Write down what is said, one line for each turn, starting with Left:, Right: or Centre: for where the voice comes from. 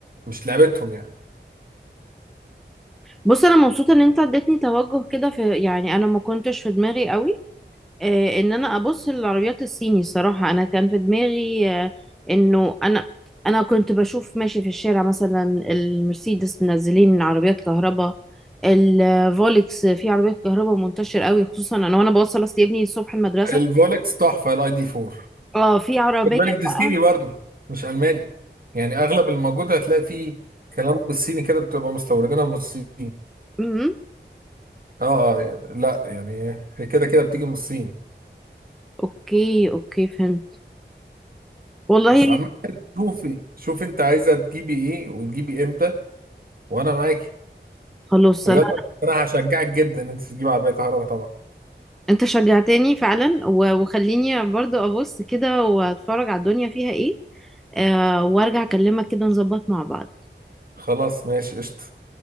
Right: مش لعبتهم يعني
Centre: بص أنا مبسوطة إن أنت اديتني توجه كده في يعني أنا ما كنتش في دماغي قوي آه، ان انا ابص للعربيات الصيني صراحة انا كان في دماغي آه، انه انا انا كنت بشوف ماشي في الشارع مثلا المرسيدس منزلين عربيات كهرباء الفولكس في عربيات كهرباء منتشر قوي خصوصا انا وانا بوصل اصل ابني الصبح المدرسة
Right: الفولكس تحفه الاي دي 4
Centre: اه في عربية
Right: خد بالك دي صيني
Centre: بقى
Right: برضه مش الماني يعني اغلب الموجود هتلاقي فيه كلام بالصيني كده بتبقى مستوردينها من الصين
Centre: امم
Right: اه اه يعني- لا يعني هي كده كده بتيجي من الصين
Centre: اوكي اوكي فهمت والله
Right: بس عامة شوفي شوفي انت عايزة تجيبي ايه وتجيبي امتى وانا معاكي
Centre: خلاص
Right: ويلا
Centre: انا
Right: انا هشجعك جدا ان انت تجيبي عربية كهرباء طبعا
Centre: انت شجعتني فعلا و- وخليني برضو ابص كده واتفرج على الدنيا فيها ايه آه وارجع اكلمك كده نظبط مع بعض
Right: خلاص ماشي قشطة